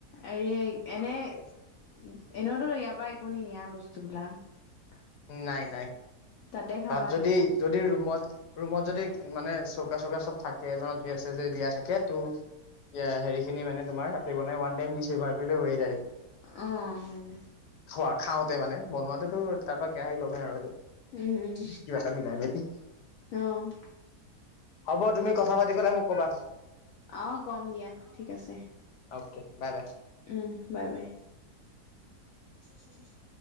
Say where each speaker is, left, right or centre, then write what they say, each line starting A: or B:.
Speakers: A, on the left; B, on the left.
A: এৰি
B: আৰু।
A: এনে এনেওতো ইয়াৰ পৰা একো নিনিয়া বস্তুবিলাক
B: নাই নাই
A: তাতে খাবা
B: তাত যদি
A: এনেও
B: যদি ৰুমত ৰুমত যদি মানে চ চুকা চকা চব থাকে ন' গেছ ছেচ থাকে ত' হেৰিখিনি মানে তোমাৰ কাতি বনাই ৱান টাইম দিছেবাৰ <unintelligible> কৰিলে হৈয়ে যায় দেখোন।
A: অ', হয়
B: খোৱা খাওঁতে মানে বনোৱাতোতো তাৰ পৰা কেৰাহী লমেই আৰু এইটো।
A: উম, উম,
B: কিবা এটা মিলাই মেলি।
A: অ',
B: হ'ব তুমি কথা পাতি পেলাই মোক ক'বা।
A: অ', কম দিয়া ঠিক আছে।
B: Okay bye bye.
A: উ বাই বাই। ল চলি <unintelligible>